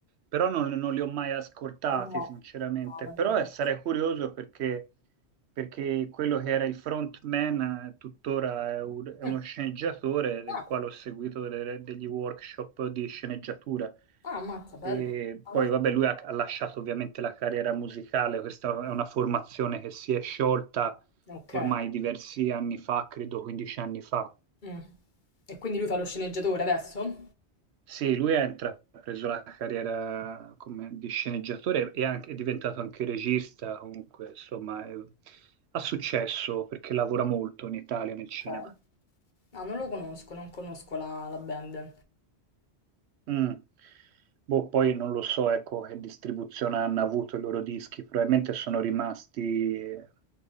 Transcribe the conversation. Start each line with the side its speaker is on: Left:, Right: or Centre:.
Right: però non, non li ho mai ascoltati,
Left: Mm. No,
Right: sinceramente.
Left: no, non
Right: Però
Left: li conosco.
Right: eh, sarei curioso perché, perché quello che era il frontman eh, tuttora è, un- è
Left: Mm.
Right: uno sceneggiatore del
Left: Ah,
Right: quale ho seguito delle- degli workshop di sceneggiatura.
Left: ah, ammazza, bello.
Right: E
Left: Ah,
Right: poi,
Left: no.
Right: vabbè, lui ha, ha lasciato ovviamente la carriera musicale, questa
Left: Mm,
Right: è una formazione che si è sciolta
Left: Ok.
Right: ormai diversi anni fa, credo 15 anni fa.
Left: Mm. E quindi lui fa lo sceneggiatore adesso?
Right: Sì, lui ha intrapreso la carriera come, di sceneggiatore e anche- è diventato anche regista, comunque, insomma, è- ha successo perché lavora molto in Italia nel cinema.
Left: Ok. Ah, non lo conosco, non conosco la, la band.
Right: Mm. Boh, poi non lo so, ecco, che distribuzione hanno avuto i loro dischi, probabilmente sono rimasti eh,